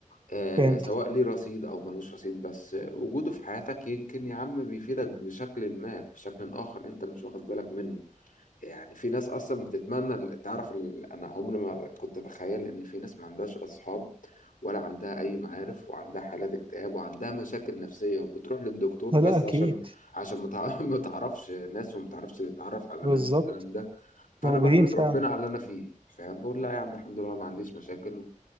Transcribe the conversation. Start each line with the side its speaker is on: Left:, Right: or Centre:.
Left: آه
Right: فهمت
Left: سواء ليه رصيد أو ملوش رصيد بس وجوده في حياتك يمكن يا عم بيفيدك بشكل ما بشكل آخر انت مش واخد بالك منه يعني في ناس اصلا بتتمنى ال- تعرف ال- انا عمري ما كنت اتخيل ان في ناس ما عندهاش اصحاب ولا عندها اي معارف وعندها حالات اكتئاب وعندها مشاكل نفسية وبتروح للدكتور
Right: لا
Left: بس
Right: لا أكيد
Left: عشان عشان ما تع- <laughs> ما تعرفش ناس وما تعرفش تتعرف على
Right: بالظبط
Left: ناس والكلام ده فانا
Right: موجودين
Left: بحمد
Right: فعلا
Left: ربنا على اللي انا فيه فاهم بقول لا يا عم الحمد لله أنا ما عنديش مشاكل